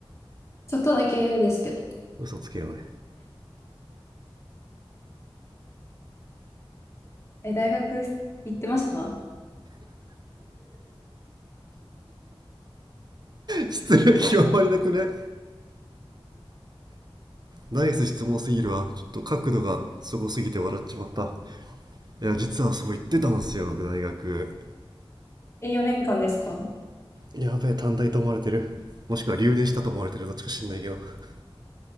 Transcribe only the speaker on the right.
嘘つけよ <laughs> おい
失礼極まりなくないナイス質問すぎるわちょっと角度がすごすぎて笑っちまったいや実はそう言ってたんすよ僕大学
やべえ短大と思われてるもしくは留年したと思われてるどっちか知んないけど <laughs>